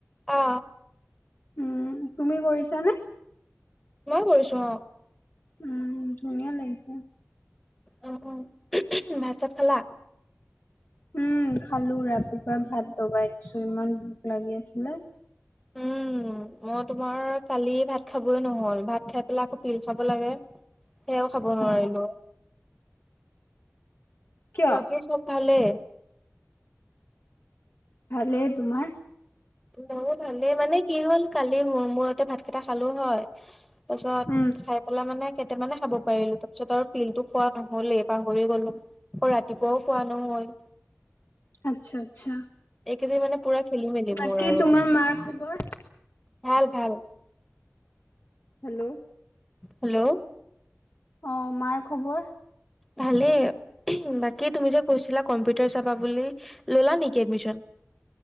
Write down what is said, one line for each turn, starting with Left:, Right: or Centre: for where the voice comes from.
Centre: অ
Left: উম তুমি কৰিছানে?
Centre: মই কৰিছো অ।
Left: উম, ধুনীয়া লাগিছে।
Centre: অ, উহ উহুম ভাত - চাত খালা?
Left: উম খালো, ৰাতিপুৱা ভাত দবাই দিছো, ইমান ভোক লাগি আছিলে।
Centre: উম। মই তোমাৰ কালি ভাত খাবই নহল, ভাত খাই পেলাই আকৌ পিল খাব লাগে। সেয়াও খাব নোৱাৰিলো।
Left: অ কিয়
Centre: বাকি চব ভালে?
Left: ভালে, তোমাৰ?
Centre: ময়ো ভালেই মানে কি হ'ল কালি মূৰতে ভাত কেইটা খালো হয় তাৰপিছত
Left: উম
Centre: খাই পেলাই মানে কেইটামানে খাব পাৰিলো। তাৰপিছত আৰু পিলটো খোৱা নহলেই, পাহৰি গলো আৰু ৰাতিপুৱাও খোৱা নহল।
Left: আচ্ছা আচ্ছা।
Centre: এইকেইদিন মানে পুৰা খেলি মেলি
Left: বাকী
Centre: মোৰ আৰু
Left: তোমাৰ মাৰ খবৰ?
Centre: ভাল ভাল।
Left: হেল্ল'?
Centre: হেল্ল'!
Left: অ'! মাৰ খবৰ?
Centre: ভালেই। বাকী তুমি যে কৈছিলা! কম্পিউটাৰ যাবা বুলি, ল'লা নেকি এডমিশ্যন? <inaudible>